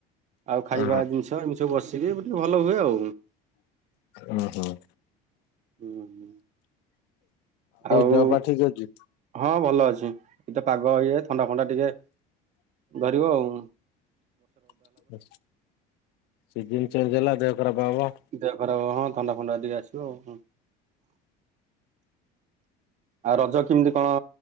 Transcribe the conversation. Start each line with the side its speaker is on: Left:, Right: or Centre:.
Right: ଆଉ ଖାଇବା
Left: ହଁ
Right: ଜିନିଷ ଏମିତି ସବୁ ବସିକି ବି ଟିକେ ଭଲ ହୁଏ ଆଉ।
Left: ଓ ହଁ।
Right: ହୁଁ, ହୁଁ ଆଉ
Left: ଦେହ ପା ଠିକ ଅଛି?
Right: ହଁ ଭଲ ଅଛି, ଇତ ପାଗ ଇଏ ଥଣ୍ଡା ଫଣ୍ଡା ଟିକେ ଧରିବ ଆଉଁ।
Left: <unintelligible> ସିଜିିନ୍ ଚେଞ୍ଜ ହେଲା ଦେହ ଖରାପ ହବ।
Right: ଦେହ ଖରାପ ହବ, ହଁ ଥଣ୍ଡା ଫଣ୍ଡା ଟିକେ ଆସିବ ହଁ। ଆଉ ରଜ କେମିତି କଣ